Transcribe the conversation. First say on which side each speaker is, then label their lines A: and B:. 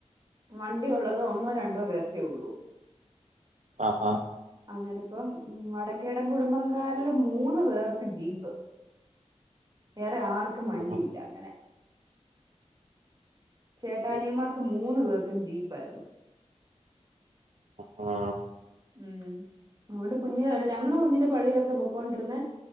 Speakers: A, on the right; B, on the right.
A: വണ്ടി ഉള്ളതോ ഒന്നോ രണ്ടോ പേർക്കേ ഉള്ളൂ.
B: ആഹ ആഹ
A: അന്നേരിപ്പം വടക്കേടൻ കുടുംബകാരിലെ മൂന്ന് പേർക്ക് ജീപ്പ്. വേറെ ആർക്കും വണ്ടിയില്ല
B: ഉം,
A: അങ്ങനെ. ചേട്ടാനിയന്മാർക്ക്
B: ശരി.
A: മൂന്നു പേർക്കും ജീപ്പായിരുന്നു.
B: ഉം,
A: ഉം തുകൊണ്ട് കുഞ്ഞിലേൾ ഞങ്ങളെ കുഞ്ഞിൻ്റെ പള്ളിയിലൊക്കെ പൊക്കോണ്ടിരുന്നെ